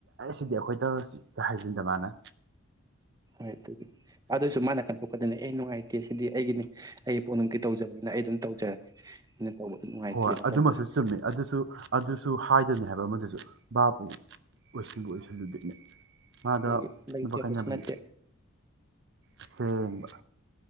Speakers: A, on the right; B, on the right.
A: ꯁꯤꯗꯤ ꯑꯩꯈꯣꯏ ꯇꯧꯔꯁꯤ ꯍꯥꯏꯖꯤꯟꯗ ꯃꯥꯅ
B: ꯍꯣꯏ ꯑꯗꯨꯗꯤ ꯑꯗꯨꯁꯨ ꯃꯥꯅ ꯀꯟꯗꯣꯛꯀꯗꯅꯦ ꯑꯦ ꯅꯨꯡꯉꯥꯏꯇꯦ ꯁꯤꯗꯤ ꯑꯩꯒꯤꯅꯤ ꯑꯩ ꯄꯣꯅꯤꯡꯅꯨꯡꯒꯤ ꯇꯧꯖꯕꯅꯤꯅ ꯑꯩ ꯑꯗꯨꯝ ꯇꯧꯖꯔꯒꯦ ꯇꯧꯕꯗ ꯅꯨꯡꯉꯥꯏꯇꯦꯅ
A: ꯍꯣꯏ ꯑꯗꯨꯃꯁꯨ
B: ꯇꯧꯕꯒꯤ
A: ꯆꯨꯝꯃꯦ ꯑꯗꯨꯁꯨ ꯑꯗꯨꯁꯨ ꯑꯗꯨꯅꯤ ꯍꯥꯏꯕ ꯑꯃꯗꯨꯁꯨ ꯕꯥꯕꯕꯨ ꯑꯣꯏꯁꯨꯝꯕꯁ ꯂꯗꯅ ꯃꯥꯗ
B: ꯑꯗꯒꯤ ꯂꯩꯇꯕꯁꯨ
A: ꯅꯨꯄꯥꯈꯥꯏꯅꯕꯤ
B: ꯅꯠꯇꯦ
A: ꯑꯁꯦꯡꯕ